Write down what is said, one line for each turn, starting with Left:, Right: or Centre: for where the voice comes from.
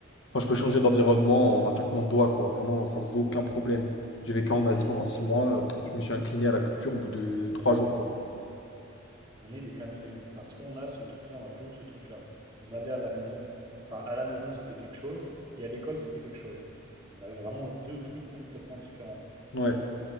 Left: Enfin, je peux changer d'environnement en un claquement de doigts, quoi, vraiment sans aucun problème. J'ai vécu en Asie pendant
Right: Non,
Left: six
Right: mais
Left: mois, euh, pff, je me suis incliné à la culture au bout de trois jours, quoi.
Right: on est des caméléons, parce qu'on a ce truc-là, on a toujours eu ce truc-là. On allait à la maison, enfin, à la maison, c'était quelque chose, et à l'école, c'était quelque chose. On avait vraiment deux trucs complètement différents.
Left: Ouais,